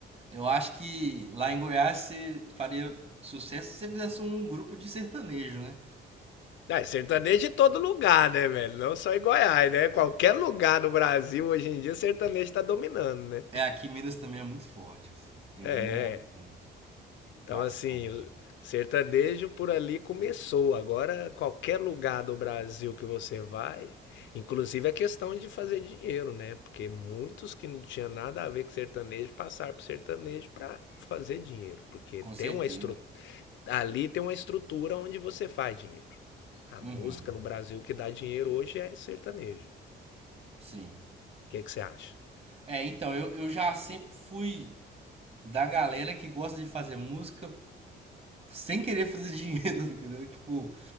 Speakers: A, on the right (about 30°); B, on the left (about 70°).
A: Eu acho que lá em Goiás você faria sucesso se você fizesse um grupo de sertanejo, né?
B: Ah, sertanejo de todo lugar, né, velho? Não só em Goiás, né? Qualquer lugar no Brasil hoje em dia, sertanejo tá dominando, né?
A: É, aqui em Minas também é muito forte, assim. Tem
B: É,
A: muito, muito.
B: Então,
A: Bastante.
B: assim, o sertanejo por ali começou. Agora, qualquer lugar do Brasil que você vai, inclusive a questão de fazer dinheiro, né? Porque muitos que não tinham nada a ver com sertanejo passaram pro sertanejo para fazer dinheiro. Porque
A: Com certeza.
B: tem uma estrutura. Ali tem uma estrutura onde você faz dinheiro. A
A: Uhum.
B: música no Brasil que dá dinheiro hoje é sertanejo.
A: Sim.
B: O que que você acha?
A: É, então, eu, eu já sempre fui da galera que gosta de fazer música sem querer fazer dinheiro, <laughs> entendeu? Tipo,